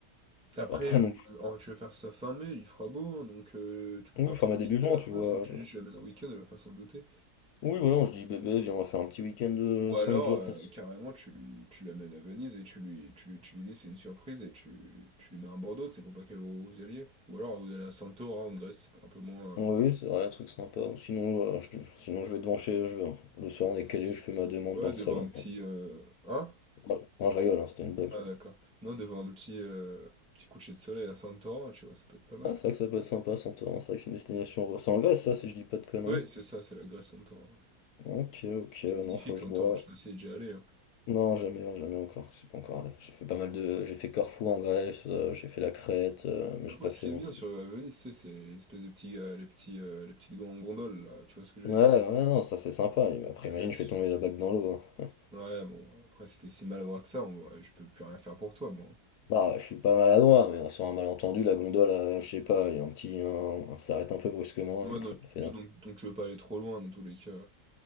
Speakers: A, in the centre; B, on the left.
A: Après,
B: Enfin, pas
A: euh,
B: non
A: alors, tu vas faire ça fin mai, il fera beau, hein, donc euh, tu peux
B: Oui,
A: partir
B: format
A: dans le
B: début
A: sud
B: juin,
A: de la
B: tu
A: France.
B: vois?
A: hein. tu
B: je-
A: lui dis, je l'amène en week-end, elle va pas s'en douter.
B: Oui, voilà, je dis bébé, viens, on va faire un petit week-end de
A: Ou alors,
B: 5 jours
A: euh,
B: pour s-
A: carrément, tu lui, tu l'amènes à Venise et tu lui, tu lui, tu lui dis, c'est une surprise et tu, tu lui mets un Bordeaux, c'est pour pas qu'elle voie où vous alliez. Ou alors, vous allez à Santorin en Grèce, un peu moins.
B: Oui,
A: euh,
B: c'est vrai, un truc sympa. Sinon, voilà, je, sinon, je vais devant chez. Je, vais- le soir, on est calé, je fais ma demande
A: Ouais,
B: dans le
A: devant
B: salon.
A: un petit. euh, Hein?
B: Voilà. Non, je rigole, hein, c'était une blague.
A: Ah, d'accord. Non, devant un petit, euh, petit coucher de soleil à Santorin, tu vois, ça peut être pas mal.
B: Ah, c'est vrai que ça peut être sympa, Santorin. C'est vrai que c'est une destination. C'est en Grèce, ça, si je dis pas de conneries.
A: Ouais, c'est ça, c'est la Grèce Centaure. ouais.
B: Ok, ok,
A: C'est magnifique
B: non, faut que
A: Santorin
B: je vois.
A: hein, je suis aussi déjà allé. hein.
B: Non, jamais, hein, jamais encore. Je suis pas encore allé. J'ai fait pas mal de. J'ai fait Corfou en Grèce, euh, j'ai fait la Crète, euh, mais j'ai
A: Après,
B: pas
A: ce
B: fait
A: qui
B: non
A: est bien
B: plus.
A: sur euh, Venise, tu sais, c'est l'espèce de petits, euh, les petits, euh, les petites gon- gondoles, là, tu vois ce que je veux
B: Ouais,
A: dire?
B: ouais, non, ça c'est sympa. Après,
A: Là-dessus.
B: imagine, je fais tomber la bague dans l'eau. hein.
A: Ouais, bon, après, si t'es si maladroit que ça, on- ouais, je peux plus rien faire pour toi, moi.
B: Ah, je suis pas maladroit, mais sur un malentendu, la gondole, euh, je sais pas, il y a un petit, un- un- s'arrête un peu brusquement.
A: Moi,
B: elle
A: non, t-
B: me fait- un-
A: donc, donc tu veux pas aller trop loin, dans tous les cas.